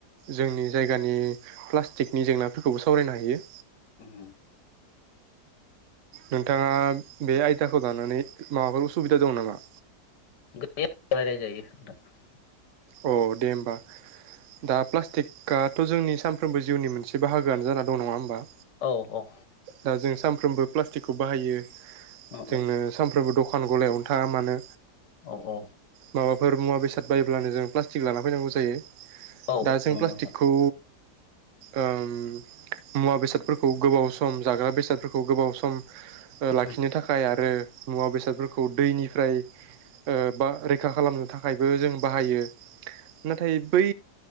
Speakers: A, on the right (about 65°); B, on the left (about 80°).
A: जोंनि जायगानि प्लास्टिकनि जेंनाफोरखौबो सावरायनो हायो।
B: ओम
A: नोंथाङा बे आयदाखौ लानानै माबाफोर उसुबिदा दं नामा
B: दे रायलाय जायो नोंथां
A: अ दे होमबा दा प्लास्टिक काट थ' जोंनि सानफ्रोमबो जिउनि मोनसे बाहागोआनो जानानै दं नङा होमबा।
B: औ औ
A: दा जों सानफ्रोमबो प्लास्टिकखौ बाहायो
B: औ
A: जोंनो सानफ्रोमबो दख' फान गलायावनो थाङा मानो
B: औ औ
A: माबाफोर मुवा बेसाद बायोब्लानो जों प्लास्टिक लाना फैनांगौ जायो। <inaudible>
B: औ औ
A: दा
B: नंगौ
A: जों
B: नोंथां
A: प्लास्टिकखौ ओम मुवा बेसादफोरखौ गोबाव सम जाग्रा बेसादफोरखौ गोबाव सम
B: उम
A: लाखिनो थाखाय आरो मुवा बेसादफोरखौ दैनिफ्राय ओ बा रैखा खालामनो थाखाय थाखायबो जों बाहायो नाथाय बै